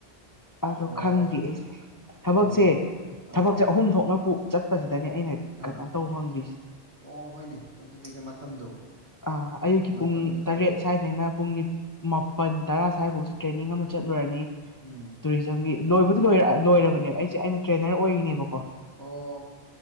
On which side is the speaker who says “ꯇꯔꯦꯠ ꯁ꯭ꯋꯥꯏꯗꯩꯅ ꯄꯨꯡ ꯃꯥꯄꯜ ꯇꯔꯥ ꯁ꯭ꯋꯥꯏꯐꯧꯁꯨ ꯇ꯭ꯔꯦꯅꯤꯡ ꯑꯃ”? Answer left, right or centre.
Left